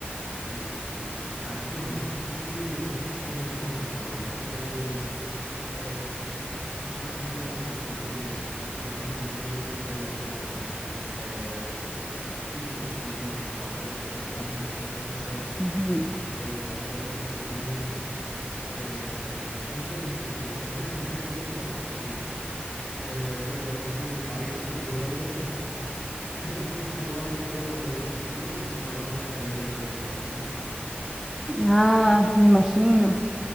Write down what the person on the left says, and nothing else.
Sí, sí. Eh, aquí no, aquí son mucho más calmados. Aquí hay eh, mucha- muchas restricciones. Por ejemplo, no puedes entrar con eh, las FIFOs, como se dicen, las banderas estas grandes. No puedes entrar con
eh, las bombas estas de humo. Eh, hay muchas restricciones. Y también en la calle la gente más tranquila. Eh, pero, por ejemplo, en mi país, en Bulgaria, <laughs> la gente no va al estadio para ver el partido, sino para ver la pelea después del partido.